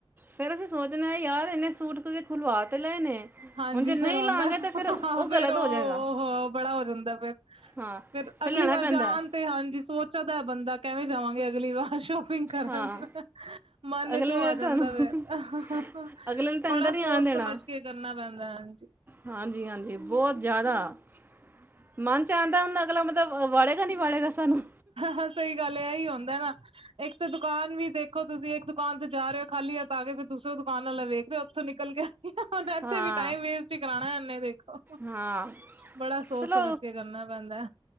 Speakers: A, on the right (about 20°); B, on the right (about 80°).
A: ਫੇਰ, ਅਸੀਂ ਸੋਚਣਾ ਯਾਰ ਇਨੇ ਸੂਟ ਤੁਸੀਂ ਖੁਲਵਾ ਤੇ ਲਏ ਨੇ।
B: ਹਾਂਜੀ,
A: ਹੁਣ ਜੇ ਨਹੀਂ
B: ਫੇਰ ਆਉਂਦਾ
A: ਲਾਂਗੇ
B: ਹ
A: ਤਾਂ ਫਿਰ ਉਹ
B: ਫੇਰ
A: ਗਲਤ
B: ਉਹ-ਓਹ
A: ਹੋ ਜਾਏਗਾ
B: ਬੜਾ ਹੋ ਜਾਂਦਾ ਫੇਰ।
A: ਹਾਂ
B: ਫਿਰ ਅਗਲੀ
A: ਲੈਣਾ
B: ਵਾਰ
A: ਪੈਂਦਾ
B: ਜਾਣ ਤੇ ਹਾਂਜੀ ਸੋਚ ਸੋਚ ਦਾ ਬੰਦਾ ਕਿਵੇਂ ਜਾਵਾਂਗੇ ਅਗਲੀ ਵਾਰ ਸ਼ੋਪਿੰਗ ਕਰਨ,
A: ਹਾਂ
B: ਮਨ
A: ਅਗਲੇ
B: ਚ ਉਹ
A: ਨੇ
B: ਆ ਜਾਂਦਾ
A: ਤੁਹਾਨੂੰ
B: ਫੇਰ।
A: ਅਗਲੇ ਨੇ ਤਾਂ
B: ਬੜਾ
A: ਅੰਦਰ ਨਹੀਂ
B: ਸੋਚ
A: ਆਉਣ ਦੇਣਾ
B: ਸਮਝ ਕੇ ਕਰਨਾ ਪੈਂਦਾ ਹੈ।
A: ਹਾਂਜੀ- ਹਾਂਜੀ ਬਹੁਤ ਜ਼ਿਆਦਾ। ਮਨ ਚ ਆਉਂਦਾ, ਉਹ ਅਗਲਾ ਬੰਦਾ ਵਾੜੇਗਾ ਨੀ ਵਾੜੇਗਾ ਸਾਨੂੰ।
B: ਹਾਂ ਸਹੀ ਗੱਲ ਏ, ਆਹੀ ਆਉਂਦਾ ਨਾ। ਇੱਕ ਤਾਂ ਦੁਕਾਨ ਵੀ ਦੇਖੋ ਤੁਸੀਂ, ਇੱਕ ਦੁਕਾਨ ਤੇ ਜਾ ਰਹੇ ਹੋ, ਖਾਲੀ ਹੱਥ ਆ ਕੇ ਫਿਰ ਦੂਸਰੇ ਦੁਕਾਨ ਵਾਲਾ ਵੇਖ ਰਹੇ ਹੋ, ਉੱਥੋਂ ਨਿਕਲ ਕੇ ਤਾਂ ਇੱਥੇ
A: ਹਾਂ
B: ਵੀ ਟਾਈਮ ਵੇਸਟ ਹੀ ਕਰਾਉਣਾ ਇਨੇ ਦੇਖੋ।
A: ਹਾਂ
B: ਬੜਾ ਸੋਚ
A: ਚਲੋ
B: ਸਮਝ ਕੇ ਕਰਨਾ ਪੈਂਦਾ,